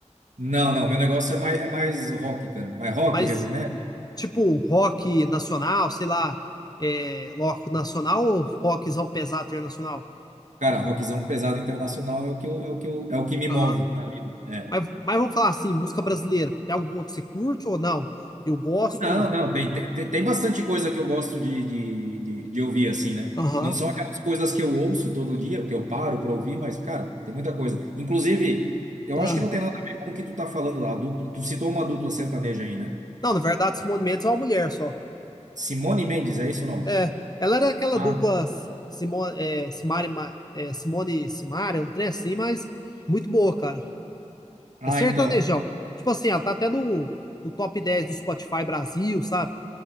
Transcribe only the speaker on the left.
Mas,
tipo, rock nacional, sei lá, é, rock nacional ou rockzão pesado internacional?
Aham.
Mas, mas vamos falar assim, música brasileira. Tem alguma que você curte ou não? Eu gosto.
Aham.
Ah,
Não, na verdade, Simone Mendes é uma mulher só.
É, ela era aquela
dupla Simo, é, Simari, Ma- é, Simone e Simara, é um trem assim, mas muito boa, cara.
É sertanejão.
Tipo assim, ela tá até no, no top 10 do Spotify Brasil, sabe?